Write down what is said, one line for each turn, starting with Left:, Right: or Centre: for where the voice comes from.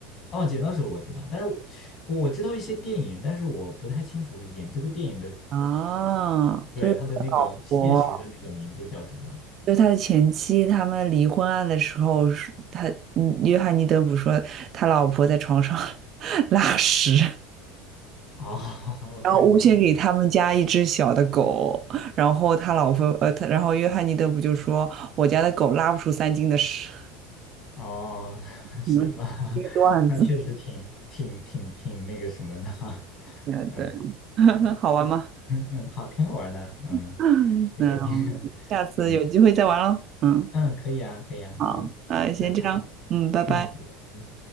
Left: 哦，剪刀手我知道，但是我我知道一些电影，但是我不太清楚演这个电影的，
Right: 啊
Left: 对，
Right: <laughs>，
Left: 他的那个现实的那个名字叫什么？
Right: 我就他的前妻，他们离婚案的时候是他嗯约翰尼德普说他老婆在床上 <laughs> 拉屎。
Left: 哦 <laughs>，OK
Right: 然后诬陷给他们家一只小的狗，
Left: OK，
Right: 然后他老婆呃，他然后约翰尼德不就说我家的狗拉不出三斤的屎，
Left: 哦，<laughs> 行吧，
Right: 嗯，一个段子，
Left: <laughs> 那确实挺挺挺挺那个什么的哈，<laughs>
Right: 对对，
Left: 嗯
Right: <laughs> 好玩吗？
Left: 嗯，好，挺好玩的，嗯，
Right: <laughs> 嗯，
Left: 谢谢你，<laughs>
Right: 下次有机会再玩喽。
Left: 嗯
Right: 嗯，
Left: 嗯，可以啊，可以啊，
Right: 好，
Left: 好，
Right: 那先这样，
Left: 拜拜，
Right: 嗯，拜拜。
Left: 嗯。拜拜